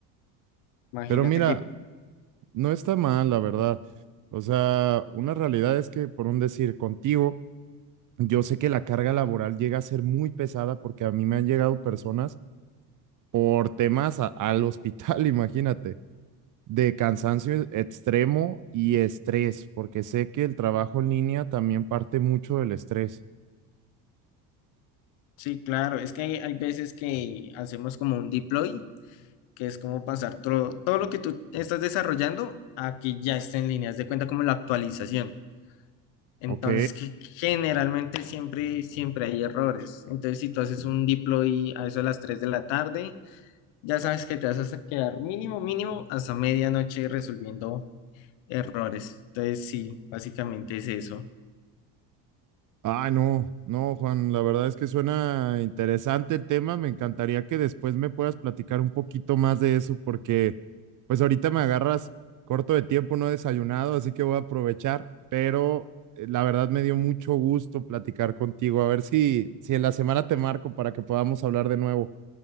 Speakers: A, on the left (about 65°); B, on the right (about 40°).
A: Imagínate
B: Pero mira,
A: que,
B: no está mal, la verdad. O sea, una realidad es que, por un decir, contigo, yo sé que la carga laboral llega a ser muy pesada porque a mí me han llegado personas por temas a- al hospital, <laughs> imagínate, de cansancio extremo y estrés, porque sé que el trabajo en línea también parte mucho del estrés,
A: sí, claro, es que hay, hay veces que hacemos como un deploy, que es como pasar todo, todo lo que tú estás desarrollando a que ya está en línea, haz de cuenta como la actualización. Entonces,
B: ¿ok?
A: que generalmente siempre, siempre hay errores. Entonces, si tú haces un deploy a eso de las 3 de la tarde, Ya sabes que te vas a quedar mínimo, mínimo hasta medianoche resolviendo errores. Entonces, sí, básicamente es eso.
B: Ay, no, no, Juan, la verdad es que suena interesante el tema. Me encantaría que después me puedas platicar un poquito más de eso, porque pues ahorita me agarras corto de tiempo, no he desayunado, así que voy a aprovechar, pero eh, la verdad me dio mucho gusto platicar contigo. A ver si, si en la semana te marco para que podamos hablar de nuevo.